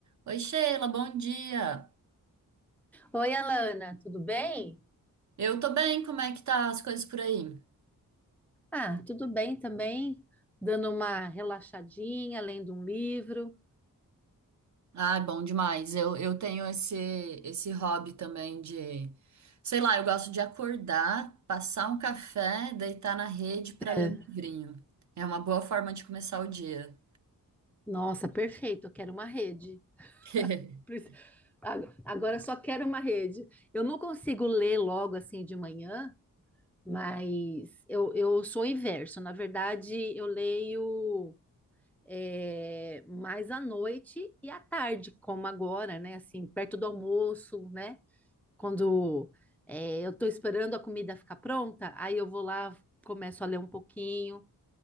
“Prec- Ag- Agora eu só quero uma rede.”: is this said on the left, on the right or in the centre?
Centre